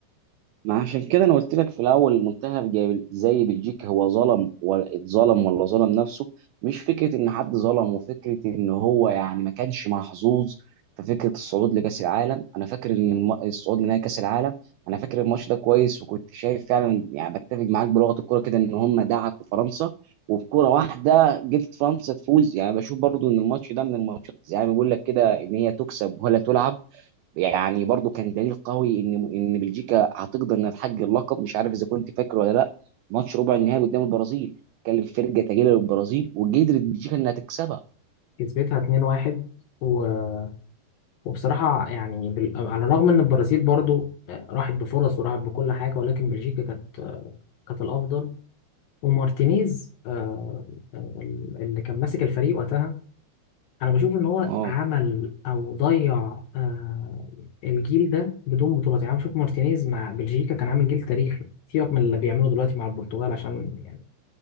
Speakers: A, on the right (about 85°); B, on the left (about 70°).
A: ما عشان كده انا قلت لك في الاول منتخب جاي- زي بلجيكا هو ظلم ولا اتظلم ولا ظلم نفسه مش فكره ان حد ظلم وفكره ان هو يعني ما كانش محظوظ في فكره الصعود لكاس العالم انا فاكر ان الم... الصعود لنهائي كاس العالم انا فاكر الماتش ده كويس وكنت شايف فعلا يعني بتفق معاك بلغه الكوره كده ان هم دعكوا فرنسا وبكوره واحده جبت فرنسا تفوز يعني بشوف برضو ان الماتش ده من الماتشات يعني بيقول لك كده ان هي تكسب ولا تلعب يعني برضو كان دليل قوي ان ان بلجيكا هتقدر انها تحقق اللقب مش عارف اذا كنت فاكر ولا لا ماتش ربع النهائي قدام البرازيل كان فرقه تقيله للبرازيل وقدرت بلجيكا انها تكسبها
B: كسبتها 2-1 و- وبصراحة يعني بال... على الرغم إن البرازيل برضو راحت بفرص وراحت بكل حاجة ولكن بلجيكا كانت كانت الأفضل ومارتينيز آه، آه، اللي كان ماسك الفريق وقتها انا بشوف ان هو
A: اه
B: عمل او ضيع آه الجيل ده بدون بطولات يعني أنا بشوف مارتينيز مع بلجيكا كان عامل جيل تاريخي سيبك من اللي بيعمله دلوقتي مع البرتغال عشان يعني